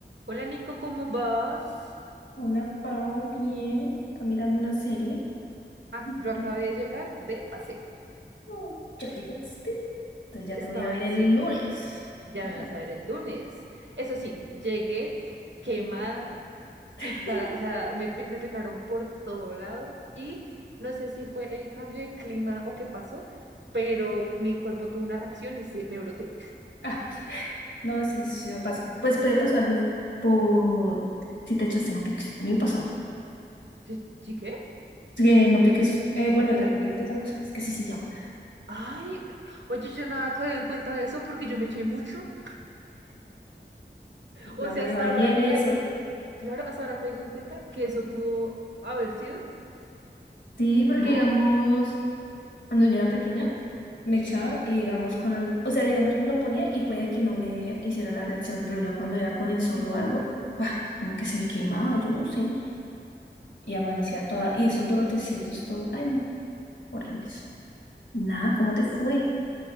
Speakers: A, on the right; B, on the left.
A: Hola Nico, ¿cómo vas?
B: Hola, Pau, bien. Acá mirando una serie.
A: Ah,
B: ¿Y
A: yo acabé
B: tú?
A: de llegar de paseo.
B: Oh, ¿Ya llegaste? Entonces ya
A: Estaba,
B: te voy a ver el
A: sí,
B: lunes.
A: ya
B: No.
A: me vas a ver el lunes. Eso sí, llegué quemada,
B: <laughs>
A: picada, o sea, me, pi- me picaron por todo lado y no sé si fue el cambio de clima o qué pasó, pero mi cuerpo tuvo una reacción y se, me broté.
B: Ah, no, sí, sí, sí, pasa. Pues puede pasar de- por si te echaste no piques. A mí me pasó.
A: ¿Sí, sí qué?
B: que no piques. eh, bueno, el repelente, esa cosa. Es que así se llama.
A: Ay, oye, yo no había caído en cuenta de eso porque yo me eché mucho.
B: En plan,
A: O sea,
B: me
A: hasta
B: bañé
A: ahora
B: en eso.
A: caigo en, claro, hasta ahora caigo en cuenta que eso pudo haber sido.
B: Sí, porque
A: ¿no?
B: digamos. Cuando yo era pequeña, me
A: Sí.
B: echaba y digamos con el- o sea, digamos me lo ponía y puede que no me hiciera la reacción, pero ya cuando era con el solo algo, ¡pah! como que se me quemaba, yo no sé, y amanecía toda, y esos brotecitos todos, ay, no, horribles. Nada, ¿cómo te fue?